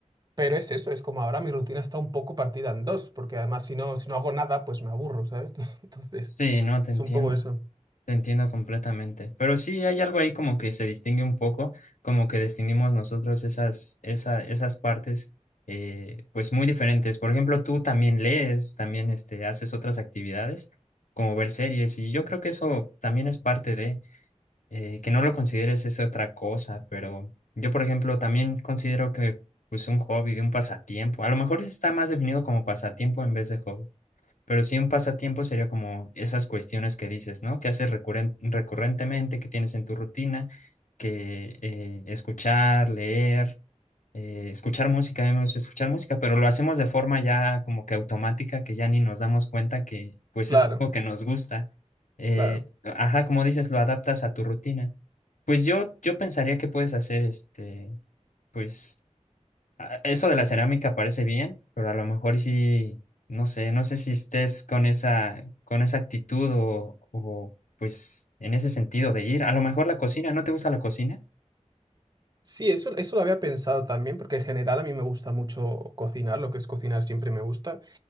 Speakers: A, on the right; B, on the left.
A: Pero es eso, es como ahora mi rutina está un poco partida en dos, porque además si no, si no hago nada, pues me aburro, ¿sabes? <laughs> Entonces,
B: Sí, no, te
A: es
B: entiendo.
A: un poco eso.
B: Te entiendo completamente. Pero sí, hay algo ahí como que se distingue un poco, como que distinguimos nosotros esas, esa, esas partes, eh, pues muy diferentes. Por ejemplo, tú también lees, también este, haces otras actividades, como ver series, y yo creo que eso también es parte de... eh, que no lo consideres es otra cosa, pero yo, por ejemplo, también considero que pues un hobby, de un pasatiempo, a lo mejor está más definido como pasatiempo en vez de hobby, pero sí un pasatiempo sería como esas cuestiones que dices, ¿no? Que haces recurren- recurrentemente, que tienes en tu rutina, que eh, escuchar, leer. eh, escuchar música, a mí me gusta escuchar música, pero lo hacemos de forma ya como que automática, que ya ni nos damos cuenta que pues
A: Claro,
B: es algo que nos gusta. Eh,
A: claro.
B: ajá, como dices, lo adaptas a tu rutina. Pues yo, yo pensaría que puedes hacer este, pues a- eso de la cerámica parece bien, pero a lo mejor y sí, no sé, no sé si estés con esa, con esa actitud o, o pues en ese sentido de ir. A lo mejor la cocina, ¿no te gusta la cocina?
A: Sí, eso, eso lo había pensado también, porque en general a mí me gusta mucho cocinar, lo que es cocinar siempre me gusta.